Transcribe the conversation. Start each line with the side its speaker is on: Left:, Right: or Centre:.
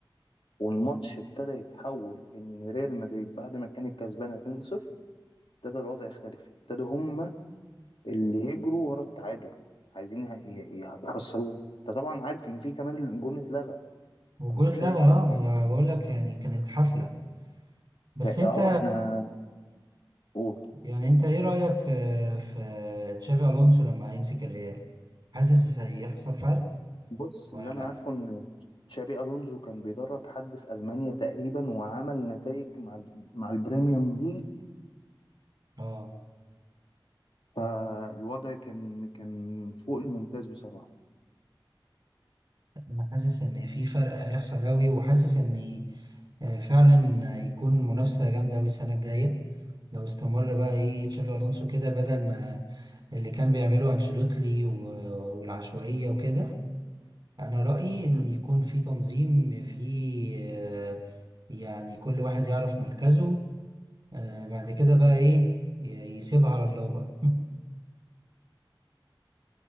Left: والماتش ابتدى يتحول إن ريال مدريد بعد ما كانت كسبانة 2-0 ابتدى الوضع يختلف ابتدوا هم اللي يجروا ورا التعادل عايزين يه- يه- يحصلوه انت طبعا عارف ان في كمان الجون اتلغى أنت
Right: والجول
Left: متخيل
Right: اتلغى
Left: كان
Right: اه ما انا بقول لك يعني كانت حفلة بس
Left: كان-
Right: انت
Left: اه انا قول
Right: يعني انت ايه رأيك آه، في تشافي الونسو لما هيمسك الريال حاسس هيحصل فرق
Left: بص
Right: ولا
Left: اللي انا
Right: لا
Left: عارفه ان تشابي الونزو كان بيدرب حد في المانيا تقريبا وعمل نتائج مع ال- مع البريميوم ليج
Right: اه
Left: فالوضع كان كان فوق الممتاز بصراحه
Right: انا حاسس ان في فرق هيحصل قوي وحاسس ان آه، فعلا هيكون منافسه جامده قوي السنه الجايه لو استمر بقى ايه تشافي الونسو كده بدل ما اللي كان بيعمله انشيلوتي و- والعشوائيه وكده انا رايي ان يكون في تنظيم في آه، يعني كل واحد يعرف مركزه آه، بعد كده بقى ايه ي- يسيبها على الله بقى